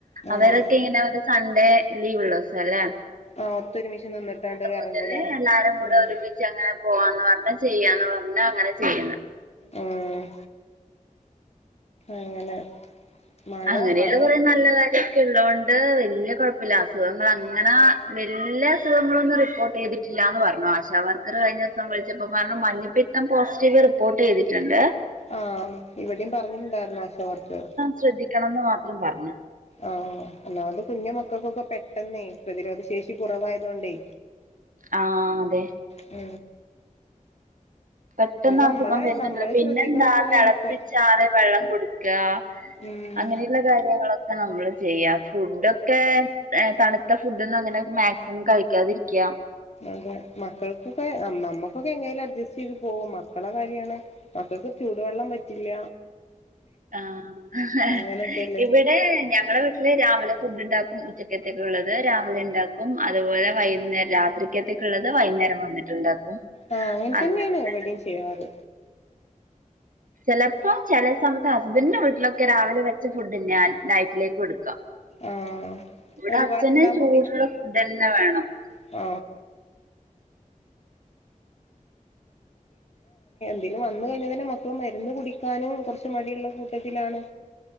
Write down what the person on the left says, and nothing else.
ആഹ്
ആഹ് ഒത്തൊരുമിച്ച് നിന്നിട്ടാണ്ട് എറങ്ങൂലേ
ഉം
ഏഹ് അങ്ങനെ മഴ
മഴ
ആഹ ഇവിടെയും പറഞ്ഞിടണ്ടായിരുന്ന ആശവർക്കർ
ആഹ ഒന്നാമത് കുഞ്മക്കൾക്കൊക്കെ പെട്ടെന്നേ പ്രതിരോധ ശേഷി കുറവായതോണ്ടേ
ഉ
നമ്മളെ
നമ്മള്
ശ്രദ്ധിക്കണ പോലെ
ഇരിക്കും
ഉം
അതെ മക്കൾക്കൊക്കെ നമ്മുക്കൊക്കെ എങ്ങനെ ങ്കിലും അഡ്ജസ്റ്റ് ചെയ്ത് പോകും മക്കള കാര്യാണ് മക്കക്ക് ചൂടുവെള്ളം പറ്റില്ല
അങ്ങനെയൊക്കെല്ലേ
ആഹ അങ്ങനെ
തന്നെയാണ്
എവിടെയും ചെയ്യാറ്
ആഹ്
ഒരുപാടുണ്ടാവുമ്പോ
ആ ഇതിൽ വന്ന കഴിഞ്ഞൽ തന്നെ മക്കള് മരുന്ന് കുടിക്കാനും കുറച് മടിയുള്ള കൂട്ടത്തിലാണ്